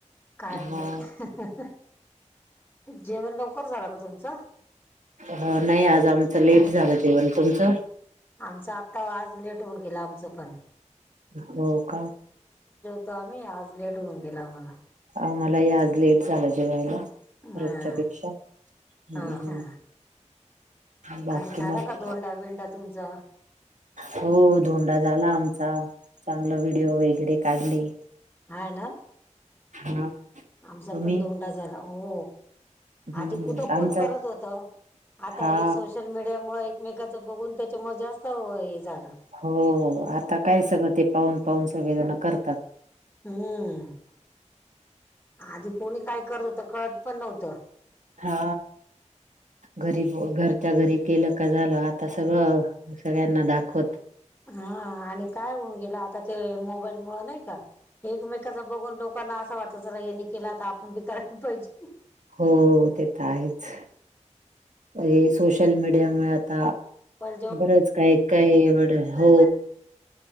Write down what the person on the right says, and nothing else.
हा
हो नाही आज आमच लेट झाल जेवण. तुमच
हो का
आम्हालाही आज लेट झाल. जेवायला
रोजच्यापेक्षा हम्म
बाकी
मग
हो धोंडा झाला आमचा. चांगले व्हिडीओ वगैरे काढले.
हा
तुम्ही
हम्म
आमचा
हा
हो आता काय सगळ ते पाहून पाहून सगळे जण करतात.
हा घरी ब घरच्या घरी केल का झाल आता सगळ. सगळ्यांना दाखवत
हो ते तर आहेच. हे सोशल मीडिया मुळे आता
बरच काय काय एवड
हो